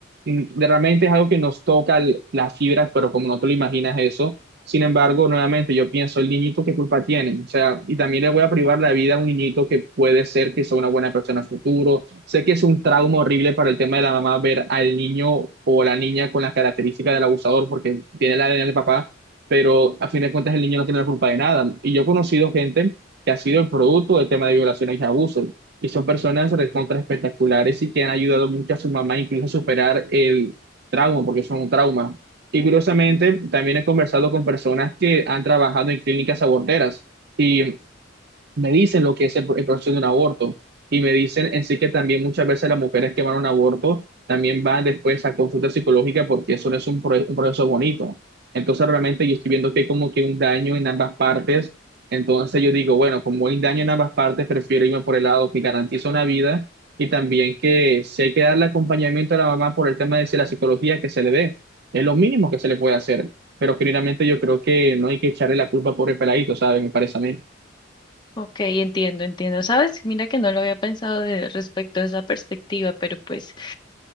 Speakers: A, on the right (about 55°); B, on the left (about 25°).
A: mm, Realmente es algo que nos toca l- la fibra, pero como no te lo imaginas eso, sin embargo, nuevamente yo pienso, el niñito, ¿qué culpa tiene? O sea, y también le voy a privar la vida a un niñito que puede ser que sea una buena persona en el futuro. Sé que es un trauma horrible para el tema de la mamá ver al niño o la niña con las características del abusador porque tiene la ADN del papá, pero a fin de cuentas el niño no tiene la culpa de nada. Y yo he conocido gente que ha sido el producto del tema de violaciones y abusos. Y son personas recontra espectaculares y que han ayudado mucho a su mamá incluso a superar el trauma, porque son un trauma. Y curiosamente, también he conversado con personas que han trabajado en clínicas aborteras. Y me dicen lo que es el, el proceso de un aborto y me dicen en sí que también muchas veces las mujeres que van a un aborto también van después a consulta psicológica porque eso no es un, pro- un proceso bonito. Entonces realmente yo estoy viendo que hay como que un daño en ambas partes. Entonces yo digo, bueno, como hay daño en ambas partes, prefiero irme por el lado que garantiza una vida y también que si hay que darle acompañamiento a la mamá por el tema de si la psicología que se le dé, es lo mínimo que se le puede hacer. Pero generalmente yo creo que no hay que echarle la culpa por el peladito, ¿sabes? Me parece a mí.
B: Ok, entiendo, entiendo. ¿Sabes? Mira que no lo había pensado de, respecto a esa perspectiva, pero pues